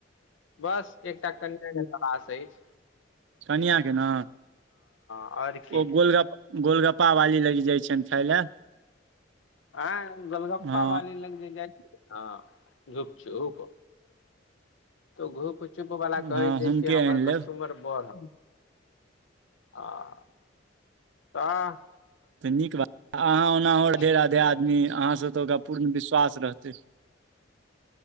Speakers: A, on the left; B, on the right.
A: बस एकटा <unintelligible> पास अईछ
B: कनियां के न
A: आओर की
B: ओ गोलगप्प गोलगप्प पावाली लगि जाय छनि खाय लै
A: ऐं गोलगप्पा
B: हँ
A: वाली लग जे जाइ हँ गूपचूप त घूप चुप बला कहै
B: हँ
A: छै
B: हुनके
A: कि हमर
B: आनि लेब
A: कस्टमर बढ़ल आं तऽ
B: तऽ नीक बात, अहाँ ओनाहु राधे
A: कुत्ता
B: राधे आदमी अहाँस तऽ ओकरा पूर्ण विश्वास रहतै।